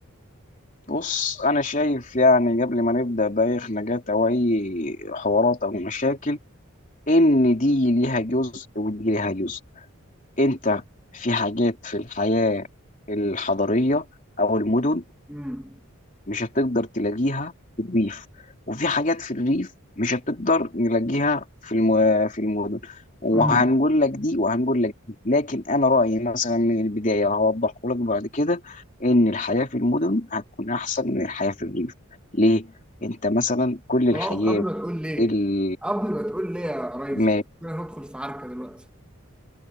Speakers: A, on the left (about 35°); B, in the centre.
A: بص انا شايف يعني قبل ما نبدا باي خناقات او اي حوارات او مشاكل ان دي ليها جزء ودي ليها جزء انت في حاجات في الحياه الحضريه او المدن
B: امم
A: مش هتقدر تلاقيها في الريف وفي حاجات في الريف مش هتقدر نلاقيها في الم... في المدن وهنقول
B: امم
A: لك دي وهنقول لك دي لكن انا رايي مثلا من البدايه هوضحه لك بعد كده ان الحياه في المدن هتكون احسن من الحياه في الريف ليه انت مثلا كل الحياه
B: خلاص قبل ما تقول ليه
A: اللي
B: قبل ما تقول ليه يا ريس
A: ما
B: إحنا هندخل في عركة دلوقتي.